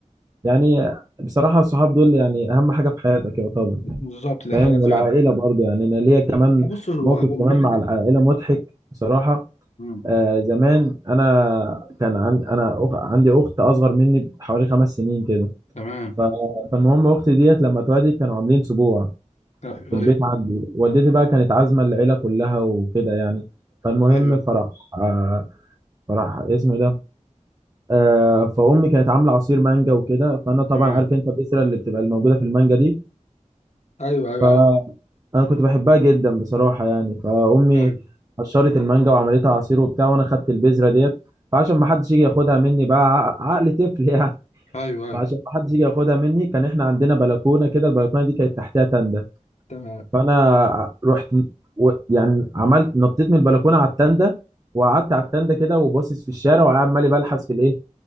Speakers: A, on the right; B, on the left.
A: يعني بصراحة الصحاب دول يعني أهم حاجة في حياتك يعتبر
B: بالظبط دي
A: فاهم
B: حقيقة
A: والعائله
B: فعلا
A: برضه يعني انا ليا كمان
B: بص هو
A: موقف
B: هو
A: كمان
B: من ناحية
A: مع العائله مضحك بصراحه
B: مم.
A: آه زمان انا كان عن انا أخ... عندي اخت اصغر مني بحوالي خمس سنين كده
B: تمام
A: ف... فالمهم اختي ديت لما اتولدت كانوا عاملين سبوع
B: أ-
A: في
B: ايوه
A: البيت عندي والدتي بقى كانت عازمه العيله كلها وكده يعني فالمهم
B: ايوه
A: فرح آه فرح اسمه إيه ده آه فامي كانت عامله عصير مانجا وكده فانا طبعا
B: تمام
A: عارف انت البذره اللي بتبقى الموجوده في المانجا دي
B: ايوه ايوه
A: ف
B: عارف
A: انا كنت بحبها جدا بصراحه يعني فامي
B: ايوه
A: قشرت المانجا وعملتها عصير وبتاع وانا خدت البذره ديت فعشان ما حدش يجي ياخدها مني بقى ع- عقل طفل يعني
B: ايوه ايوه
A: فعشان ما حدش يجي ياخدها مني كان احنا عندنا بلكونه كده البلكونه دي كانت تحتها تندة
B: تمام
A: فانا رحت و... يعني عملت نطيت من البلكونه على التندة وقعدت على التندة كده وباصص في الشارع وعمال بلحس في الايه